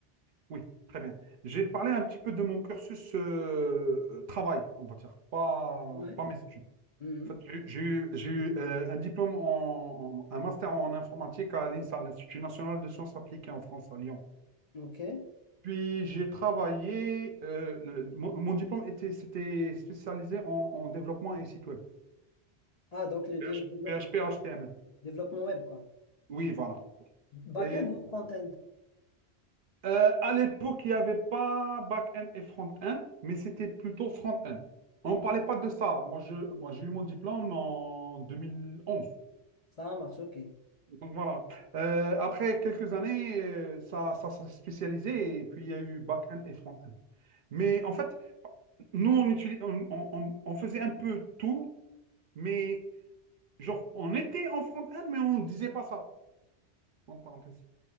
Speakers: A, on the right (about 60°); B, on the left (about 55°).
A: oui, très bien. J'ai parlé un petit peu de mon cursus euh, travail, on va dire, pas,
B: Ouais.
A: pas mes études.
B: Mhm.
A: En fait, j'ai eu, j'ai eu- j'ai eu, euh, un diplôme en, en- un master en informatique à l'INSA, l'Institut national de sciences appliquées en France, à Lyon.
B: OK.
A: Puis j'ai travaillé, euh, le- mon, mon diplôme était, c'était spécialisé en, en développement et site web.
B: Ah, donc le dé-
A: PH-
B: dé-
A: PHP,
B: dé-
A: HTML.
B: développement web, quoi.
A: Oui, voilà.
B: Back-end
A: Et
B: ou front-end?
A: Euh, à l'époque, il n'y avait pas back-end et front-end, mais c'était plutôt front-end. On ne parlait pas de ça. Moi, je, moi, j'ai eu mon diplôme en 2011.
B: Ça marche, OK.
A: Donc voilà. Euh, après quelques années, euh, ça, ça s'est spécialisé et puis il y a eu back-end et front-end. Mais en fait, nous, on, utilis- on, on- on- on faisait un peu tout, mais genre, on était en front-end, mais on ne disait pas ça. En parenthèse.